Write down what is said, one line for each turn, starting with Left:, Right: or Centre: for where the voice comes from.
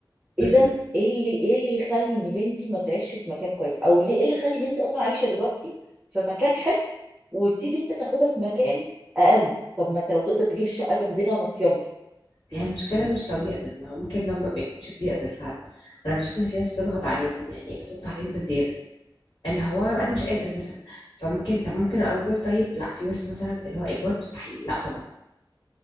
Right: اذا
Left: مم.
Right: ايه اللي ايه اللي يخلي ان بنتي ما تعيش في مكان كويس او ليه- ايه اللي يخلي بنتي اصلا عايشه دلوقتي في مكان حلو وتيجي انت تاخدها في مكان اقل طب ما انت لو تقدر تجيب الشقه جنبنا ما
Left: هي
Right: مم.
Left: المشكلة
Right: مم.
Left: مش لو يقدر ما هو ممكن لو ما ما يكونش بيقدر فعلا أنا بشوف إن في ناس بتضغط عليهم يعني بتضغط عليهم بزيادة اللي هو أنا مش قادر مثلا فممكن طب ممكن أأجر طيب لا في ناس مثلا اللي هو إيجار مستحيل لا طبعا